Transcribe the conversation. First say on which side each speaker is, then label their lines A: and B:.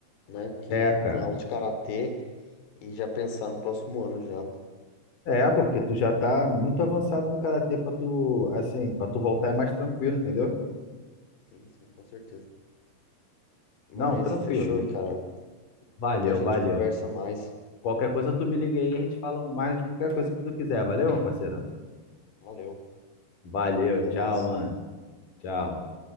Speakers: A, on the left (about 90°); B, on the left (about 55°).
A: né, que
B: é, cara.
A: tem aula de karatê e já pensar no próximo ano já.
B: É, pô, porque tu já tá muito avançado no karatê pra tu, assim, pra tu voltar é mais tranquilo, entendeu?
A: Sim, sim, com certeza. Mas
B: Não, tranquilo.
A: fechou, cara.
B: Valeu,
A: Depois a
B: valeu.
A: gente conversa mais.
B: Qualquer coisa tu me liga aí, a gente fala mais de qualquer coisa que tu quiser, valeu, meu parceirão?
A: Valeu,
B: Valeu,
A: até
B: tchau,
A: mais.
B: mano. Tchau.